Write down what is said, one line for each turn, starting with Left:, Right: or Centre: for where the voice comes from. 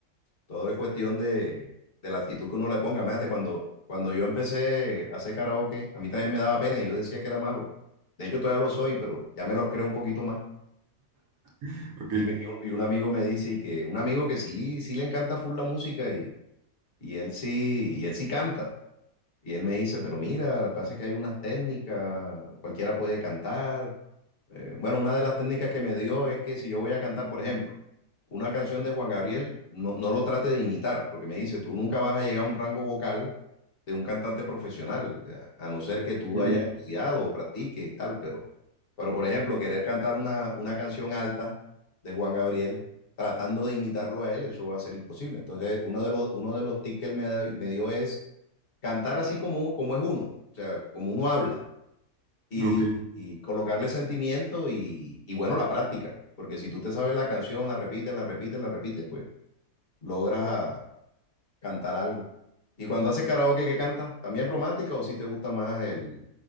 Left: Todo es cuestión de, de la actitud que uno le ponga. Imagínate, cuando, cuando yo empecé a hacer karaoke, a mí también me daba pena y yo decía que era malo. De hecho, todavía lo soy, pero ya me los creo un poquito más.
Right: <laughs> Ok.
Left: Y, me- y un, y un amigo me dice y que un amigo que sí, sí le encanta full la música y, y él sí, y él sí canta. Y él me dice, pero mira, pasa que hay unas técnicas, cualquiera puede cantar. Eh, bueno, una de las técnicas que me dio es que si yo voy a cantar, por ejemplo, una canción de Juan Gabriel, no, no lo trate de imitar, porque me dice, tú nunca vas a llegar a un rango vocal de un cantante profesional, a, a no ser que tú
Right: Ujú.
Left: hayas estudiado o practiques y tal, pero, pero por ejemplo, querer cantar una, una canción alta de Juan Gabriel tratando de imitarlo a él, eso va a ser imposible. Entonces, uno de los, uno de los tips que él me, da- me dio es cantar así como, como es uno, o sea, como uno habla y,
Right: Ok.
Left: y colocarle sentimiento y, y bueno, la práctica, porque si tú te sabes la canción, la repites, la repites, la repites, pues logras a- cantar algo. Y cuando hace karaoke, ¿qué canta? ¿También romántica o si sí te gusta más el...?